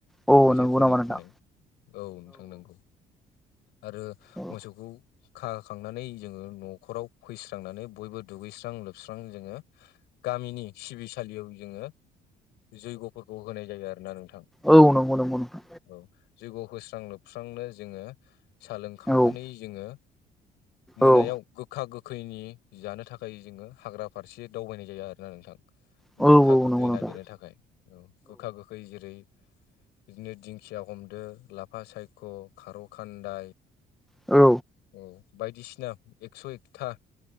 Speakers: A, in the centre; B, on the left.
A: औ
B: मेथाइ
A: नंगौ
B: खनै
A: नामा नोंथां
B: खनै औ नोंथांनांगौ आरो
A: औ
B: मोसौखौ खाखांनानै जोङो न'खराव फैस्रांनानै बयबो दुगैस्रां लोबस्रां जोङो गामिनि सिबिसालियाव जोङो जैग'फोरखौ होनाय जायो आरोोना नोंथां
A: औ नंगौ नंगौ नंगौ
B: औ जगखौ होस्रां लोबस्रांनो जोङो साहोलोंखांनानै
A: औ
B: जोङो मोनायाव
A: औ
B: गोखा गोखैनि जानो थाखाय जोङो हाग्रा फारसे दावबायनाय जाया आरो ना नोंथां
A: औ
B: गोखा
A: औ
B: गोखा गोखै
A: नंगौ नोंथां
B: नागिरनो थाखाय औ गोखा गोखै जेरै इगनेट दिंखिया हमदो लाफा सायख' खारौ खान्दाय
A: औ
B: औ बायदिसिना एकस' एकथा